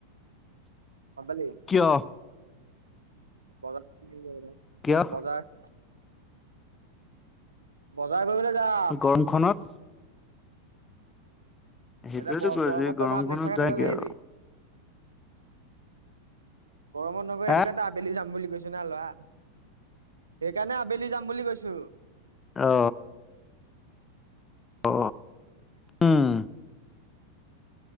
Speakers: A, on the right; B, on the left.
A: গম পালি
B: কিয়
A: পালেই বজাৰ
B: কিয়
A: বজাৰ বজাৰ কৰিবলৈ যাম
B: গৰমখনত? সেইটোয়েতো
A: এ
B: কৈছো
A: গৰমত
B: এই গৰমখনত
A: ভাত নোখোৱাকে
B: যায়
A: থাকিব
B: কি
A: পাৰিবি-
B: আৰু।
A: পৰমত নগৰে
B: হা
A: সেইটো কাৰণে আবেলি যাম বুলি। গৈছো না লোৱা সেইকাৰণে আবেলি যাম বুলি কৈছো।
B: অ। অ উম।